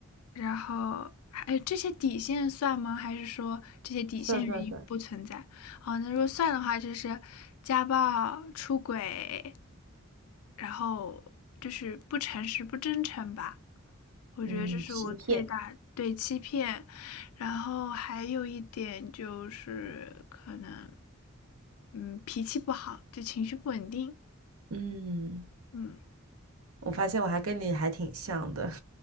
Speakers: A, on the left (about 85°); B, on the right (about 80°).
A: 然后，哎，这些底线算吗？还是说这些底线原因不存在？
B: 算算算，
A: 哦，那如果算的话，就是家暴、出轨，然后就是不诚实、不真诚吧。我觉得这是我最大对欺骗，
B: 嗯，欺骗。
A: 然后还有一点就是可能，嗯，脾气不好，就情绪不稳定，
B: 嗯。
A: 嗯，
B: 我发现我还跟你还挺像的，<laughs>